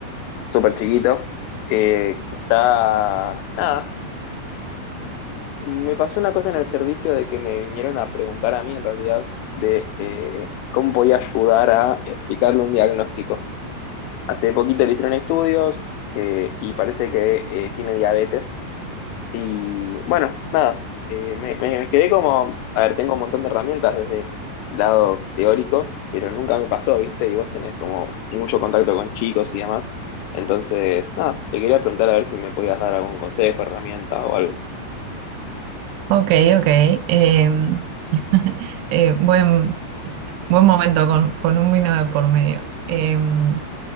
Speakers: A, on the left (about 85°); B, on the right (about 80°).
A: súper chiquito, eh, que está, nada, Me pasó una cosa en el servicio de que me vinieron a preguntar a mí, en realidad, de eh, cómo podía ayudar a explicarle un diagnóstico. Hace poquito le hicieron estudios eh, y parece que eh, tiene diabetes. Y bueno, nada, eh, me, me- me quedé como, a ver, tengo un montón de herramientas desde el lado teórico, pero nunca me pasó, ¿viste? Y vos tenés como mucho contacto con chicos y demás. Entonces, nada, te quería preguntar a ver si me podías dar algún consejo, herramienta o algo.
B: Ok, ok. em, <laughs> eh, buen, buen momento con, con un vino de por medio. Em,